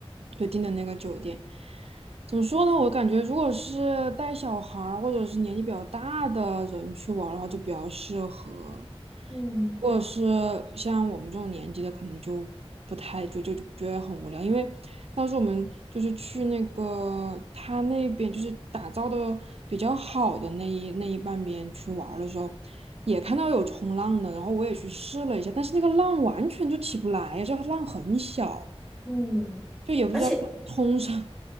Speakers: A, on the right (about 75°); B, in the centre.
A: 就订的那个酒店。怎么说呢？我感觉如果是带小孩儿或者是年纪比较大的人去玩儿的话，就比较适合。
B: 嗯
A: 如果是像我们这种年纪的，可能就不太就就就觉得很无聊，因为当时我们就是去那个他那边就是打造的比较好的那一那一半边去玩儿的时候，也看到有冲浪的，然后我也去试了一下，但是那个浪完全就起不来，就浪很小，
B: 嗯，
A: 就也不知道通什
B: 而且